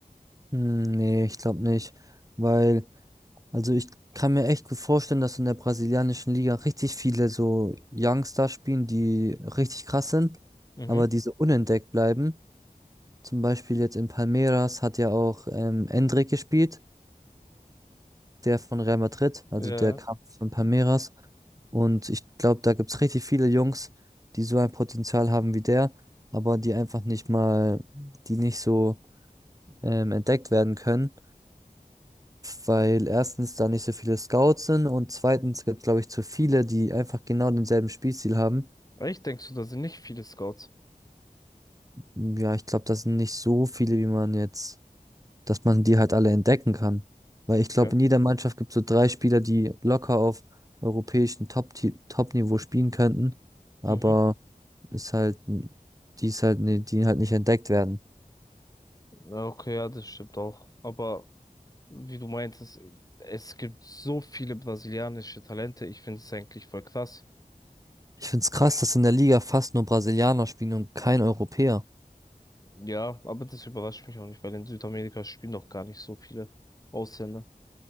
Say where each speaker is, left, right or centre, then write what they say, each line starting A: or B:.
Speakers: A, on the right (about 25°); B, on the left (about 25°).
A: Hm, nee, ich glaube nicht, weil, also ich kann mir echt gut vorstellen, dass in der brasilianischen Liga richtig viele so Youngster spielen, die richtig krass sind,
B: Mhm.
A: aber die so unentdeckt bleiben. Zum Beispiel jetzt in Palmeiras hat ja auch ähm, Endrick gespielt. der von Real Madrid, also
B: Ja.
A: der kam von Palmeiras. Und ich glaube, da gibt es richtig viele Jungs, die so ein Potenzial haben wie der, aber die einfach nicht mal, die nicht so ähm, entdeckt werden können, weil erstens da nicht so viele Scouts sind und zweitens gibt es, glaube ich, zu viele, die einfach genau denselben Spielstil haben.
B: Echt, denkst du, da sind nicht viele Scouts?
A: Ja, ich glaube, das sind nicht so viele, wie man jetzt dass man die halt alle entdecken kann. Weil ich glaube,
B: Okay.
A: in jeder Mannschaft gibt es so drei Spieler, die locker auf europäischem Top Top-Niveau spielen könnten, aber
B: Mhm.
A: ist halt, die ist halt, ne- die halt nicht entdeckt werden.
B: Ja, Okay, ja, das stimmt auch. Aber wie du meintest, es gibt so viele brasilianische Talente. Ich finde es eigentlich voll krass.
A: Ich finde es krass, dass in der Liga fast nur Brasilianer spielen und kein Europäer.
B: Ja, aber das überrascht mich auch nicht, weil in Südamerika spielen doch gar nicht so viele Ausländer.